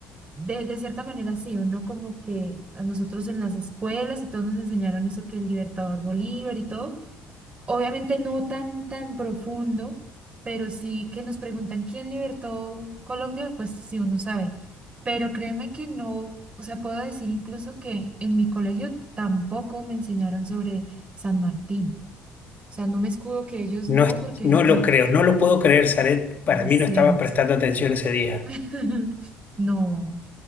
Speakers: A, on the right (about 35°); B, on the left (about 50°).
A: de, de cierta manera sí, o no como que a nosotros en las escuelas y todos nos enseñaron eso que el libertador Bolívar y todo. Obviamente no tan, tan profundo, pero sí que nos preguntan quién libertó Colombia, pues sí uno sabe. Pero créeme que no, o sea, puedo decir incluso que en mi colegio tampoco me enseñaron sobre San Martín. O sea, no me escudo que ellos
B: No,
A: no,
B: es-
A: porque
B: no lo
A: <laughs>
B: creo, no lo puedo creer, Zaret. Para
A: lo
B: mí
A: siento.
B: no estaba prestando atención ese día.
A: <laughs> No,